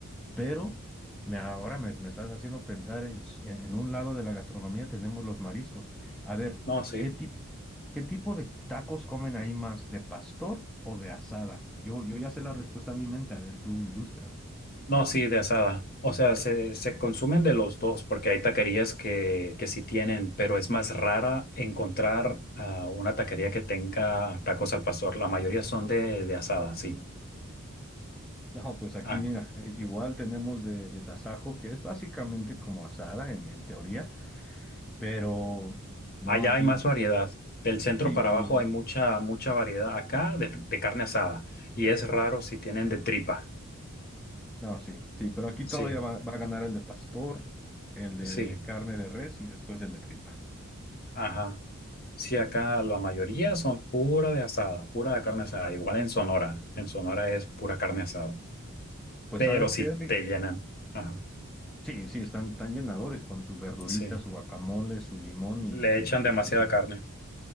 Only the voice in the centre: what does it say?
Pero me, ahora me, me estás haciendo pensar en, s- en- en un lado de la gastronomía tenemos los mariscos. A ver,
¿qué ti- qué tipo de tacos comen ahí más? ¿De pastor o de asada? Yo, yo ya sé la respuesta en mi mente. A ver, tú ilústrame.
No, pues aquí
mira, eh, igual tenemos de, de tasajo, que es básicamente como asada en, en teoría, pero no,
aquí
sí,
variedad.
No, sí, sí, pero aquí
todavía va, va a ganar el de pastor, el de
carne de res y después el de tripa.
Pues
¿sabes
qué, Rick?
Sí, sí, están tan llenadores con su verdurita,
su guacamole, su limón y, y-
y salsita.